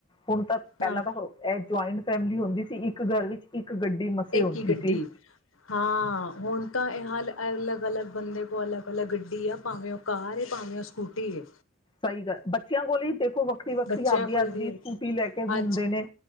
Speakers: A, on the left; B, on the left.
A: ਹੁਣ ਤਾਂ ਪੈਲਾ
B: ਨਾ
A: ਤਾਂ ਹੋ, ਏ ਜੁਆਇੰਟ ਫੈਮਿਲੀ ਹੁੰਦੀ ਸੀ। ਤੇ ਇੱਕ ਘਰ ਵਿੱਚ ਇੱਕ ਇੱਕ ਗੱਡੀ ਮਸੇ
B: ਇੱਕ
A: ਹੋਂਦੀ
B: ਹੀ ਗੱਡੀ
A: ਸੀ।
B: ਹਾਂ, ਹੁਣ ਤਾਂ ਏ ਹੱਲ ਅਲੱਗ- ਅਲੱਗ ਬੰਦੇ ਕੋਲ ਅਲੱਗ- ਅਲੱਗ ਗੱਡੀ ਆ। ਭਾਵੇਂ ਓ ਕਾਰ ਐ ਭਾਵੇਂ ਓ ਸਕੂਟੀ ਐ।
A: ਸਹੀ ਗੱਲ, ਬੱਚੇਆਂ ਕੋਲ ਈ ਦੇਖੋ ਵੱਖਰੀ- ਵੱਖਰੀ
B: ਬੱਚਿਆਂ
A: ਆਪਦੀ
B: ਕੋਲ
A: ਆਪਦੀ
B: ਵੀ ਹੈਗੀ
A: ਸਕੂਟੀ ਲੈ ਕੇ ਘੁੰਮਦੇ
B: ਅੱਜ
A: ਨੇ।